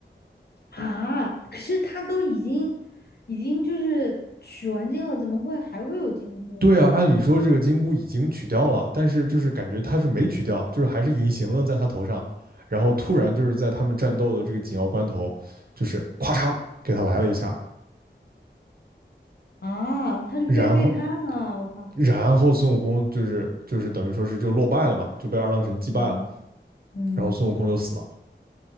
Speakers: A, on the left; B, on the right.
A: 啊，可是他都已经已经就是取完经了，怎么会还会有金箍呢？
B: 对啊，按理说这个金箍已经取掉了，但是就是感觉他是没取掉，就是还是隐形了在他头上，然后突然就是在他们战斗的这个紧要关头，就是咵嚓给他来了一下，
A: 啊，他就被背叛了，
B: 然后
A: 我靠！
B: 然后孙悟空就是就是等于说是就落败了嘛，就被二郎神击败了，
A: 嗯嗯
B: 然后孙悟空就死了，